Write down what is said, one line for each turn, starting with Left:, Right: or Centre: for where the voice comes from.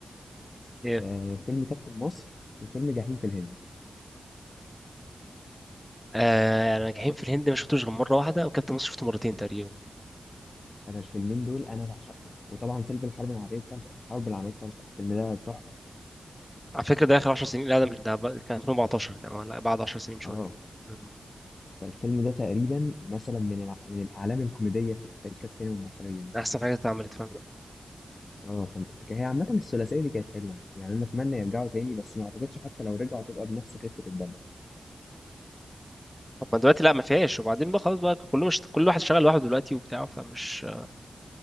Centre: ايه
Left: آه فيلم كابتن مصر وفيلم جحيم في الهند
Centre: آه ناجحين في الهند ما شفتوش غير مرة واحدة وكابتن مصر شفته مرتين تقريبا
Left: انا الفيلمين دول انا بعشقهم وطبعا فيلم الحرب العالميه الثالثه الحرب العالميه الثالثه الفيلم ده تحفه
Centre: على فكرة ده آخر 10 سنين لا ده مش ده بقى- كان 2014 كان ولا بعد 10 سنين شوية
Left: اه
Centre: مم.
Left: فالفيلم ده تقريبا مثلا من الع... من الاعلام الكوميديه في تاريخ السينما المصريه مثلا
Centre: ده أحسن حاجة اتعملت فاهم
Left: اه فانت بتك- هي عامة الثلاثية دي كانت حلوة يعني يعني انا اتمنى يرجعوا تاني بس ما اعتقدش حتى لو رجعوا تبقى بنفس خفة الدم
Centre: طب ما دلوقتي لا ما فيهاش وبعدين بقى خلاص بقى كله مش كل واحد شغال لوحده دلوقتي وبتاع فمش